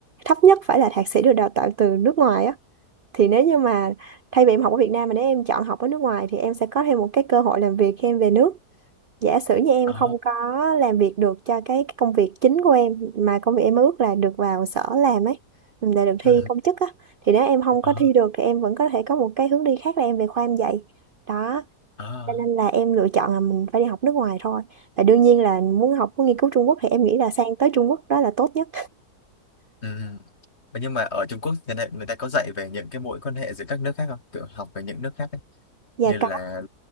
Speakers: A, on the right; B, on the left.
A: thấp nhất phải là thạc sĩ được đào tạo từ nước ngoài á thì nếu như mà thay vì em học ở Việt Nam mà nếu em chọn học ở nước ngoài thì em sẽ có thêm một cái cơ hội làm việc khi em về nước giả sử như em
B: ờ
A: không có làm việc được cho cái, cái công việc chính của em mà công việc em ước là được vào sở làm ấy ừ, để được thi
B: ừ.
A: công chức á thì nếu em không
B: ờ
A: có thi được thì em vẫn có thể có một cái hướng đi khác là em về khoa em dạy đó
B: ờ
A: cho nên là em lựa chọn là mình phải đi học nước ngoài thôi và đương nhiên là muốn học muốn nghiên cứu Trung Quốc thì em nghĩ là sang tới Trung Quốc đó là tốt nhất
B: ừ. Vậy nhưng mà ở Trung Quốc thì người ta người ta có dạy về những cái mối quan hệ giữa các nước khác không? Kiểu học về những nước khác
A: và
B: như là
A: có